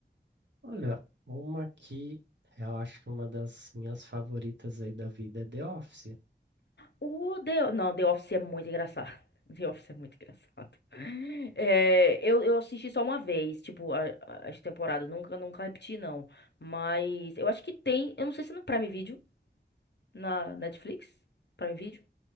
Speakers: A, on the right (about 85°); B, on the left (about 75°).
A: Olha, uma que eu acho que uma das minhas favoritas aí da vida é The Office.
B: O The... Não, The Office é muito engraçado. <laughs> The Office é muito engraçado. É, eu, eu assisti só uma vez, tipo, a- a- as temporadas. Nunca, nunca repeti, não. Mas eu acho que tem. Eu não sei se é no Prime Video, na Netflix. Prime Video.